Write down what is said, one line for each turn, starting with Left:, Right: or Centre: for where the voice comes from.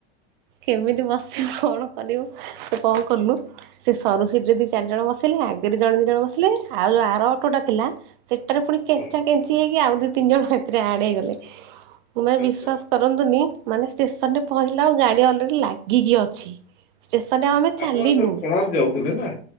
Right: କେମିତି ବସିବୁ କଣ କରିବୁ, କଣ କଲୁ? ସେ ସରୁ ସିଟ୍ ରେ ଦି ଚାରି ଜଣ ବସିଲେ ଆଗରେ ଜଣେ ଦିଇ ଜଣ ବସିଲେ ଆଉ ଯୋଉ ଆର ଅଟୋଟା ଥିଲା ସେଟାରେ ପୁଣି କେଞ୍ଚା
Left: ହୁଁ
Right: କେଞ୍ଚି ହେଇକି ଆଉ ଦି ତିନି ଜଣ ହେଥିରେ ଆଡ୍ ହେଇଗଲେ। ମାନେ
Left: ଆଚ୍ଛା
Right: ବିଶ୍ଵାସ କ କରନ୍ତୁନି ମାନେ ଷ୍ଟେସନ୍ ରେ ପହଞ୍ଚିଲାବେଳକୁ ଗାଡି ଅଲରେଡ଼ି ଲାଗିକି ଅଛି। ଷ୍ଟେସନ୍ ରେ ଆଉ ଆମେ ଚାଲିନୁ।
Left: ଆପଣ ତ କୋଣାର୍କ ଯାଉଥିଲେ ନା